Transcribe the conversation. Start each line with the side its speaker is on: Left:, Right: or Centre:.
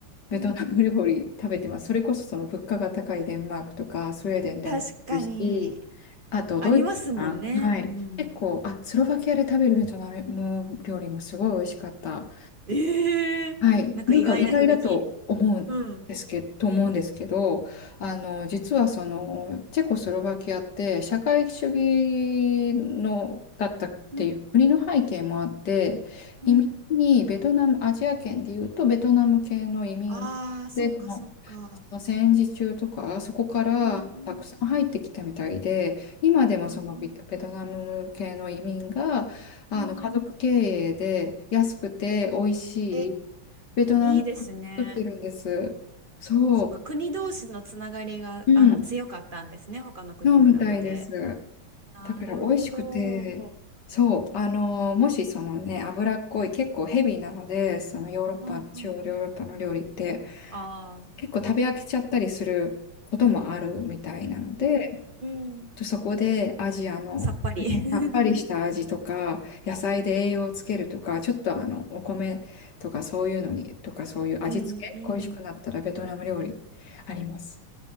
Left: ベトナム料理食べてます。
Right: うん。
Left: それこそその物価が高いデンマークとかスウェーデンでも食べるし、
Right: 確かに、
Left: あとドイツかな。
Right: ありますもんね。
Left: はい。
Right: うん。
Left: 結構、あ、スロバキアで食べるベトナム料理もすごい美味しかった。
Right: ええなんか意外な響き。
Left: はい、なんか意外だと思うんですけど、
Right: うん。
Left: と思うんですけど、あの、実はその、チェコスロバキアって社会主義の、だったっていう国の背景もあって、
Right: うん。うん。
Left: 移民にベトナム、アジア圏でいうとベトナム系の移民で、
Right: ああ、そうか、
Left: その、
Right: そうか。
Left: その戦時中とか、そこからたくさん入ってきたみたいで、
Right: うんうん。
Left: 今でもそのベトベトナム系の移民が、
Right: うんうん。
Left: あの家族経営で安くて美味しい
Right: うん。え、
Left: ベトナム料理作ってるんです。
Right: いいですね。
Left: そ
Right: そうか、国同士のつながりが、
Left: う。うん。
Right: あの、強かったんですね、他の国に比べて。
Left: そうみたいです。
Right: なるほど。
Left: だから美味しくて、そう。あの、もしそのね、脂っこい、結構ヘビーなので、そのヨーロッパの、
Right: うんうん。
Left: 中央ヨーロッパの料理って、
Right: ああ、
Left: 結構食べ飽きちゃったりすることもあるみたいなので、
Right: うんうん。
Left: そこでアジアの、
Right: さっぱり。
Left: ね、
Right: <laughs>
Left: さっぱりした味とか、野菜で栄養をつけるとか、ちょっとあの、お米とかそういうのに、とかそういう味付け、
Right: うんうん。
Left: 恋しくなったらベトナム料理あります。